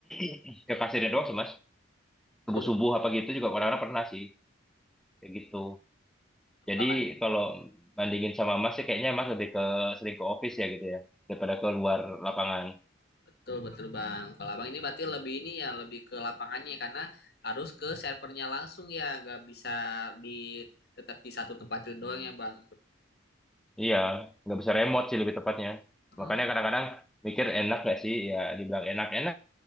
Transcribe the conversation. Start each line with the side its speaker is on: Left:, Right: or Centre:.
Centre: <clears throat> ke kasirnya doang sih Mas. Subuh-subuh
Left: Betul,
Centre: apa gitu juga kadang-kadang pernah sih. Kayak gitu. Jadi
Left: betul,
Centre: kalau bandingin sama Mas sih kayaknya Mas lebih ke sering ke office ya gitu ya daripada ke luar lapangan.
Left: betul, betul, Bang. Kalau Abang ini berarti lebih ini ya, lebih ke lapangannya ya, karena harus ke servernya langsung ya, nggak bisa di tetap di satu tempat itu doang ya, Bang.
Centre: Iya, nggak bisa remote sih lebih tepatnya.
Left: Hmm.
Centre: Makanya kadang-kadang mikir enak gak sih ya dibilang enak-enak